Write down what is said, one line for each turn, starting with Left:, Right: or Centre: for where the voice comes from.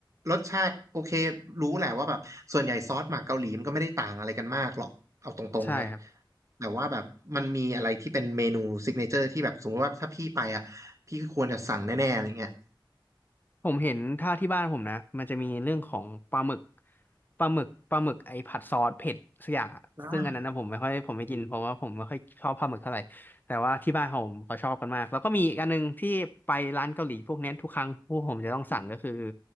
Right: รสชาติโอเครู้แหละว่าแบบส่วนใหญ่ซอสหมักเกาหลีมันก็ไม่ได้ต่างอะไรกันมากหรอกเอาตรงๆนะ
Left: ใช่ครับ
Right: แต่ว่าแบบมันมีอะไรที่เป็นเมนูซิกเนเจอร์ที่แบบสมมติว่าถ้าพี่ไปอ่ะพี่ควรจะสั่งแน่ๆอะไรเงี้ย
Left: ผมเห็นถ้าที่บ้านผมนะมันจะมีเรื่องของปลาหมึกปลาหมึกปลาหมึกไอ้ผัดซอสเผ็ดสักอย่างอะซึ่งอันนั้นนะผมไม่ค่อยผมไม่กินเพราะว่าผมไม่ค่อยชอบปลาหมึกเท่าไหร่แต่ว่าที่บ้านผมเขาชอบกันมากแล้วก็มีอีกอันหนึงที่ไปร้านเกาหลีพวกเนี้ยทุกครั้งพวกผมจะต้องสั่งก็คือ
Right: อ่า